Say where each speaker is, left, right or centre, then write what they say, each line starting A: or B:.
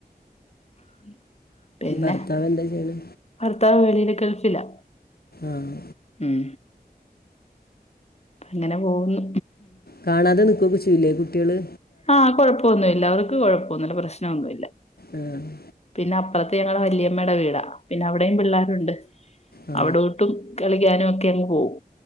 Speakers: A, on the left; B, on the left.
A: <inaudible> പിന്നെ
B: ഭർത്താവ് എന്താ ചെയ്യണെ.
A: ഭർത്താവ് വെളിയില് ഗൾഫിലാ.
B: ആഹ്
A: ഉം അങ്ങനെ പോവുന്നു
B: കാണാതെ നിക്കുവൊക്കെ ചെയ്യില്ലേ കുട്ടിയള്.
A: ആ കൊഴപ്പൊന്നുല്ല അവർക്ക് കൊഴപ്പൊന്നുല്ല പ്രശ്നഒന്നുല്ല.
B: ആഹ്
A: പിന്നെ അപ്പറത്തെ ഞങ്ങളെ വല്യമ്മയുടെ വീടാ പിന്നെ അവിടേം പിള്ളാരുണ്ട്
B: ആ
A: അവ്ടോ ട്ടും കളിക്കാനൊക്കെ അങ്ങ് പോവും.